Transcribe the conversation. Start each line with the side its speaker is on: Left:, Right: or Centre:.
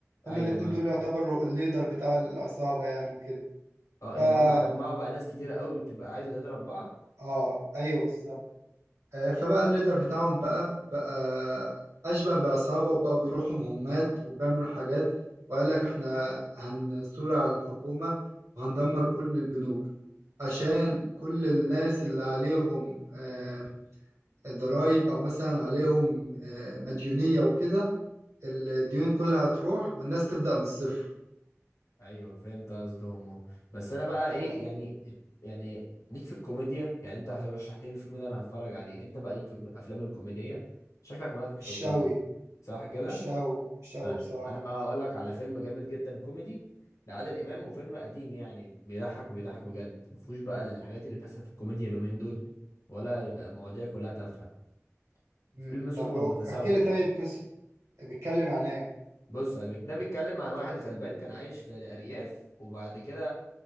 Right: هما
Left: ايوه
Right: الاتنين
Left: ما
Right: دول يعتبروا الليدر بتاع العصابة يعني وكده
Left: اه
Right: فا
Left: يعني هم جمعوا بقى ناس كتيرة قوي بتبقى عايزة تضرب بعض
Right: آه أيوه بالظبط آه، فبقى الليدر بتاعهم بقى بقى أشبه بعصابة وبقوا بيروحوا مهمات وبيعملوا حاجات وقال لك احنا هنثور على الحكومة وهندمر كل البنوك عشان كل الناس اللي عليهم آه، ضرايب أو مثلا عليهم آه، مديونية وكده الديون كلها هتروح والناس تبدأ من الصفر
Left: ايوه فهمت قصدهم اهو بس انا بقى
Right: فلا
Left: ايه يعني يعني ليك في الكوميديا يعني انت عشان رشحت لي الفيلم ده انا هتفرج عليه انت بقى ليك في الافلام الكوميديه شكلك مالك
Right: مش
Left: في الكوميدي
Right: أوي
Left: صح كده
Right: مش أوي مش أوي
Left: طيب
Right: بصراحة
Left: انا بقى
Right: لا
Left: هقول لك على فيلم جامد جدا كوميدي لعادل امام وفيلم قديم يعني بيضحك بيضحك بجد ما فيهوش بقى الحاجات اللي بتحصل في الكوميديا اليومين دول ولا يبقى مواضيع كلها تافهه
Right: مم.
Left: فيلم اسمه
Right: طب
Left: المتسول
Right: احكي لي طيب قصة بيتكلم عن ايه
Left: بص يا بك- ده بيتكلم عن واحد غلبان كان عايش في الارياف وبعد كده